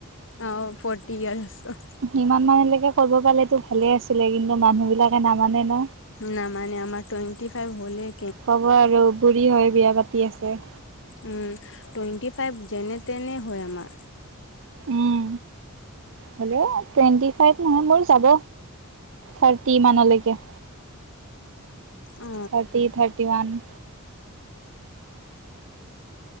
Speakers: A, on the left; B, on the right.
A: অ, ফৰটি ইয়াৰছ।
B: ইমান মানলৈকে কৰিব পালে ভালে আছিলে কিন্তু। মানুহবিলাকে নামানে ন।
A: নামানে আমাৰ টোৱেণ্টি ফাইভ হলেই
B: ক'ব আৰু বুঢ়ী হৈ বিয়া পাতি আছে।
A: উম টুৱেণ্টি ফাইভ যেনে তেনে হয় আমাৰ।
B: উম। হ'লেও টুৱেণ্টি ফাইভ নহয় মোৰ যাব, থাৰ্টি মানলৈকে।
A: অ
B: থাৰ্টি, থাৰ্টি ওৱান।